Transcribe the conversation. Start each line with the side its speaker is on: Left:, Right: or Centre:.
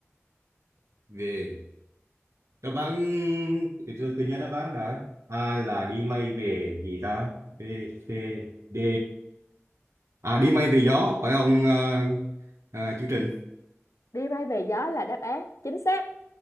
Right: về đáp án thì tôi, tôi nhớ đáp án đã A là đi mây về gì ta B C D à đi mây về gió phải không à, à, chương trình
Left: đi mây về gió là đáp án chính xác